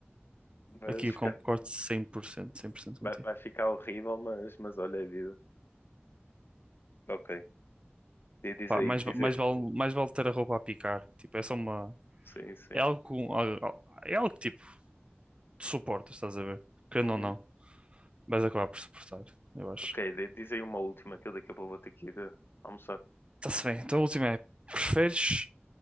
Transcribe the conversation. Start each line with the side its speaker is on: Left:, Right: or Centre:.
Left: Mas
Right: Aqui eu concordo 100%, 100%
Left: Vai,
Right: contigo.
Left: vai ficar horrível, mas, mas olha a vida. Ok. Di- Diz
Right: Pá,
Left: aí,
Right: mais,
Left: diz
Right: va- mais
Left: aí.
Right: vale, mais vale ter a roupa a picar. Tipo, é só uma.
Left: Sim, sim.
Right: É algo, com- al- al- é algo que tipo, tu suportas, estás a ver? Querendo
Left: Uhum.
Right: ou não, vais acabar por suportar, eu acho.
Left: Ok, di- diz aí uma última que eu daqui a pouco vou ter que ir eh, almoçar.
Right: Está-se bem. Então a última é: preferes